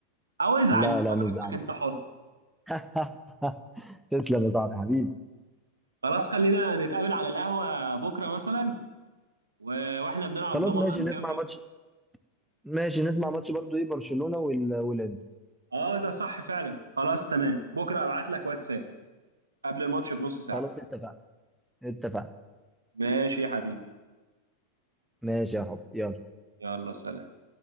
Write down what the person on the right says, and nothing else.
او ازعل
براحتك
انت حر
خلاص خلينا نتقابل على القهوه بكره مثلا و- واحنا بنلعب
دومنا
نكمل
اه ده صح فعلا خلاص تمام بكره ابعت لك واتساب قبل الماتش بنص ساعه
ماشي يا حبيبي
يلا سلام